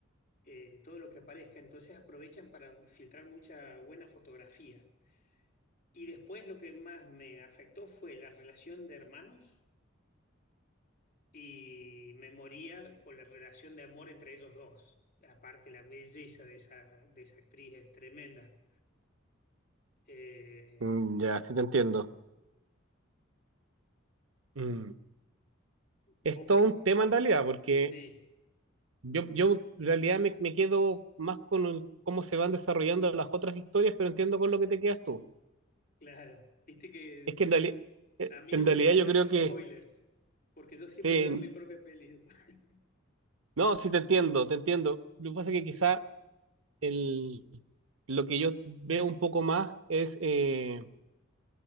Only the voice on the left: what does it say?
eh, todo lo que aparezca, entonces aprovechan para filtrar mucha buena fotografía. Y después lo que más me afectó fue la relación de hermanos y me moría con la relación de amor entre ellos dos. Aparte, la belleza de esa, de esa actriz es tremenda. Eh,
vos
que...
Sí,
claro. Viste que
a mí
no me
molestan
los
spoilers, porque yo siempre
veo mi propia peli después. <laughs>